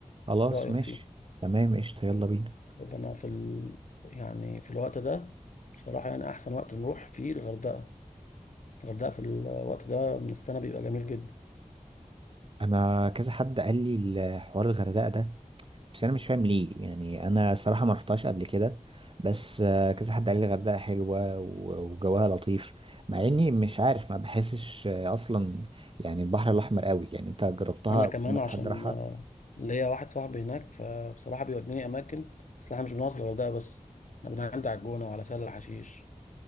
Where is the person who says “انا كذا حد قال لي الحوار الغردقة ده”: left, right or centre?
Right